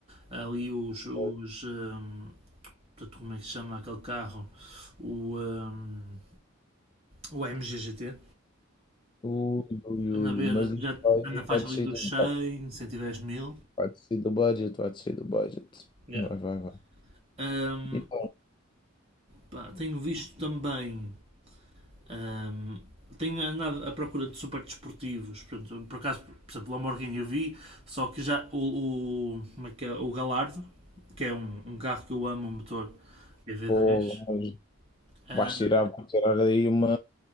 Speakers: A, on the right; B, on the left.
A: Ali os, os,
B: ok.
A: ehm, portanto, como é que se chama aquele carro? O, um, o MGGT.
B: Ui, ui,
A: Anda
B: ui,
A: a ver,
B: mas isso
A: já
B: aí
A: na faixa
B: vai descer
A: ali dos
B: do
A: 100,
B: budget,
A: 110 mil.
B: vai descer do budget, vai descer do budget.
A: Yeah.
B: Vai, vai, vai.
A: Um,
B: E pá,
A: pá, tenho visto também. um, tenho andado à procura de super desportivos. Portanto, por acaso, por exemplo, o Lamborghini eu vi, só que já o, o, como é que é? o Galardo, que é um, um carro que eu amo, um motor EV10,
B: porra, mas
A: ah,
B: vais tirar, vais tirar aí uma.